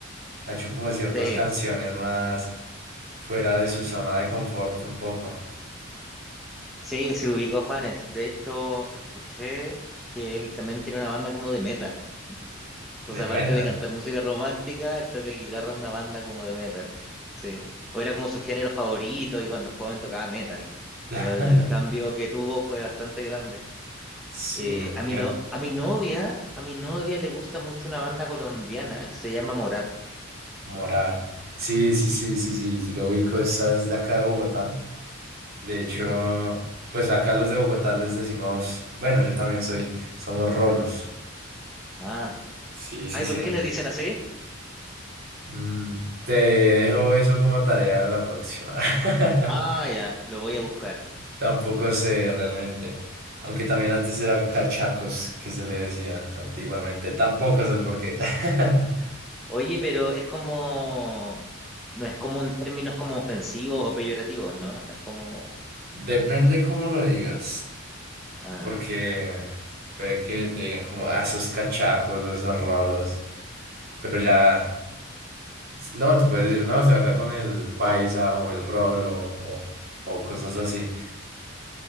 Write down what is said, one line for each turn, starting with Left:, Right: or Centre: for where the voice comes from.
Right: Ha hecho como ciertas
Centre: sí,
Right: canciones más fuera de su zona de confort un poco,
Centre: sí, se ubicó Juanes. De hecho, escuché que él también tiene una banda como de metal. Entonces,
Right: de metal.
Centre: aparte de cantar música romántica, él toca guitarra en una banda como de metal. Sí. O era como su género favorito y cuando joven tocaba metal.
Right: <laughs>
Centre: Pero el cambio que tuvo fue bastante grande.
Right: Sí,
Centre: Eh, a
Right: fíjate.
Centre: mi no, a mi novia, a mi novia le gusta mucho una banda colombiana que se llama Morat.
Right: Morat. Sí, sí, sí, sí, sí, sí, lo ubico, estás de acá de Bogotá. De hecho,
Centre: Sí.
Right: pues acá los de Bogotá les decimos, bueno, yo también soy, somos rolos.
Centre: Ah.
Right: Sí, sí,
Centre: Ay,
Right: sí.
Centre: ¿por
Right: en-
Centre: qué les dicen así?
Right: Mm, te dejo eso como tarea la próxima.
Centre: Ah,
Right: <laughs>
Centre: ya, lo voy a buscar.
Right: Tampoco sé realmente. Aunque también antes era cachacos, que se le decía antiguamente. Tampoco sé el porqué. <laughs>
Centre: Oye, pero es como, no es como en términos como ofensivos o peyorativos, ¿no? No es como,
Right: Depende cómo lo digas.
Centre: ah,
Right: porque puede que te digan como, ah, esos cachacos, esos rolos, pero ya, no, te puedes decir, no, estoy acá con el paisa o el rolo o, o cosas así.